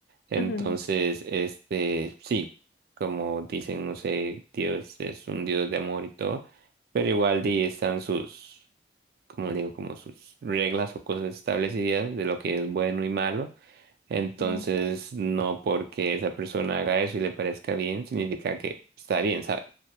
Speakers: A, on the right; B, on the left.
A: Entonces,
B: ujú, ujú,
A: este, sí como dicen, no sé, Dios es un Dios de amor y todo, pero igual di, están sus, como digo, como sus reglas o cosas establecidas de lo que es bueno y malo. Entonces,
B: ujú.
A: no porque esa persona haga eso y le parezca bien, significa que está bien, ¿sabes?